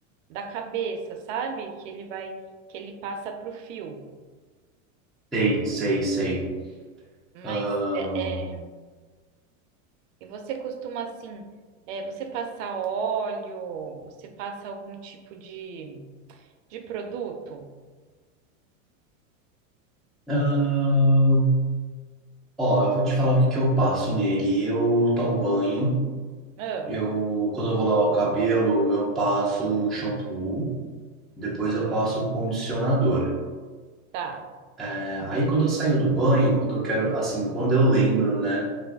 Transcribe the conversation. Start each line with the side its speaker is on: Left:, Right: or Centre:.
Right: da cabeça, sabe? Que ele vai, que ele passa pro fio.
Centre: Sei, sei, sei.
Right: Mas
Centre: Ahn,
Right: é, é, e você costuma assim, é, você passa óleo, você passa algum tipo de, de produto?
Centre: ahn. Ó, eu vou te falar o que que eu passo nele. Eu tomo banho.
Right: Ah,
Centre: Eu, quando eu vou lavar o cabelo, eu passo shampoo. Depois
Right: ah,
Centre: eu passo condicionador.
Right: tá.
Centre: É, aí quando eu saio do banho, quando eu quero, assim, quando eu lembro, né?